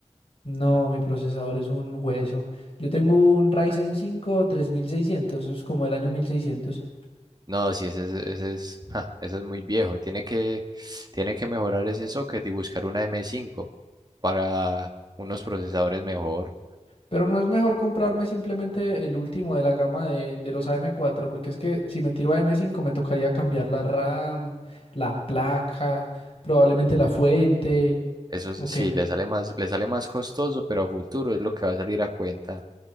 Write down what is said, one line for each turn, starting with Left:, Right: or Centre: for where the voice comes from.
Left: No, mi procesador es un hueso. Yo tengo un Ryzen 5 3600, eso es como el año 1600.
Right: No, si ese, es- ese es, ja, ese es muy viejo. Tiene que, tiene que mejorar ese socket y buscar una M5 para unos procesadores mejor.
Left: Pero no es mejor comprarme simplemente el último de la gama de, de los AM4, porque es que si me tiro a m 5 me tocaría cambiar la RAM, la placa, probablemente la fuente.
Right: Eso es-
Left: Ok.
Right: sí, le sale más, le sale más costoso, pero a futuro es lo que va a salir a cuenta.